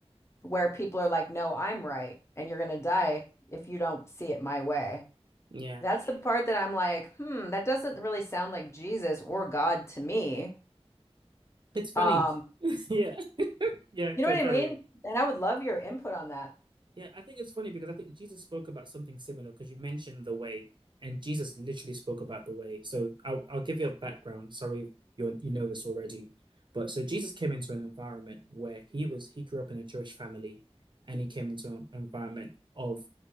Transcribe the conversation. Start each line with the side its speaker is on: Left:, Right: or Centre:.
Left: where people are like, no, I'm right. And you're going to die if you don't see it my way.
Right: yeah.
Left: That's the part that I'm like, hmm, that doesn't really sound like Jesus or God to me.
Right: It's funny.
Left: Um,
Right: <laughs> Yeah, yeah.
Left: you
Right: So
Left: know what
Right: carry
Left: I mean?
Right: on.
Left: And I would love your input on that.
Right: Yeah, I think it's funny because I think Jesus spoke about something similar because you mentioned the way, and Jesus literally spoke about the way. So I'll I'll give you a background. Sorry, you you know this already, but so Jesus came into an environment where he was he grew up in a Jewish family, and he came into an environment of